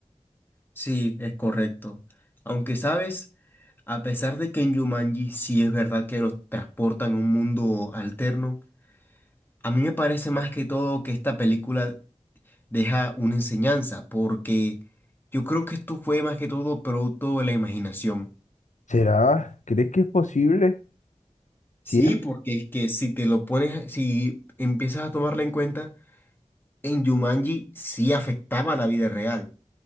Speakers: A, on the left; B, on the left.
A: Sí, es correcto. Aunque sabes, a pesar de que en Jumanji sí es verdad que los transportan a un mundo alterno, a mí me parece más que todo que esta película deja una enseñanza, porque yo creo que esto fue más que todo producto de la imaginación.
B: ¿Será? ¿Crees que es posible?
A: Sí,
B: ¿Cien?
A: porque es que si te lo pones, si empiezas a tomarla en cuenta, en Jumanji sí afectaba a la vida real,